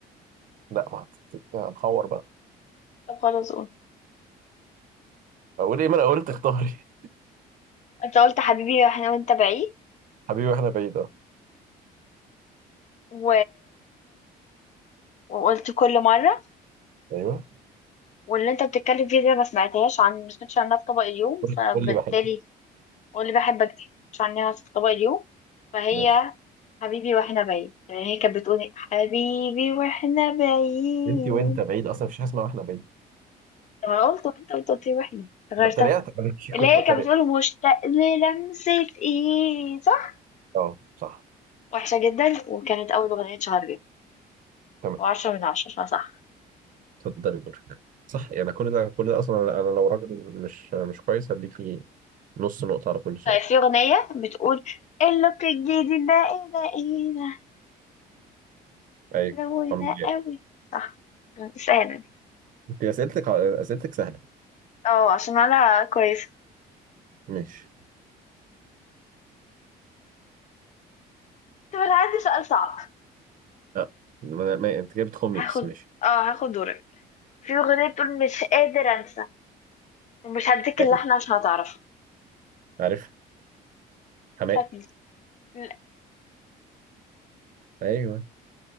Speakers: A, on the right (about 50°); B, on the left (about 45°).
A: لا ما حطيت هنحور بقى
B: طب خلاص قول
A: اقول ايه ما انا قلت اختاري <laughs>
B: انت قلت حبيبي احنا وانت بعيد
A: حبيبي واحنا بعيد اه
B: و... وقلت كل مره
A: ايوه
B: واللي انت بتتكلم فيه دي ما سمعتهاش عن ما سمعتش عنها في طبق اليوم
A: قول
B: فبالتالي
A: قول لي بحب
B: قول لي بحبك دي مش عنها في طبق اليوم فهي
A: ماشي
B: حبيبي واحنا بعيد يعني هي كانت بتقولي حبيبي واحنا بعيد
A: انت وانت بعيد اصلا مفيش حاجة اسمها واحنا بعيد
B: طب انا قلت وانت قلت قلت لي واحنا غيرت
A: انا اتريقت عليكي،
B: اللي
A: <laughs> كنت
B: هي
A: بتريق
B: كانت بتقول مشتاق للمسة ايه صح
A: اه صح
B: وحشة جدا وكانت أول أغنية اتشهر بيها
A: تمام
B: وعشرة من عشرة صح صح
A: اتفضلي دورك صح يعني كل ده كل ده اصلا انا أنا لو راجل مش مش كويس هديكي نص نقطة على كل سؤال
B: طيب في أغنية بتقول اللوك الجديد ده ايه ده ايه
A: ايوه
B: ده روينا
A: عمرو جاب.
B: قوي صح اسألني
A: انت اسئلتك اسئلتك سهلة
B: اه عشان أنا كويسة
A: ماشي
B: طب أنا عندي سؤال صعب
A: لا ما ما- انت كده بتخمي
B: هاخد
A: بس ماشي
B: اه هاخد دورك في أغنية بتقول مش قادر أنسى ومش هديك
A: ايوه
B: اللحن عشان هتعرفه
A: عارف حماقي
B: بتاعت مين؟ لا،
A: ايوه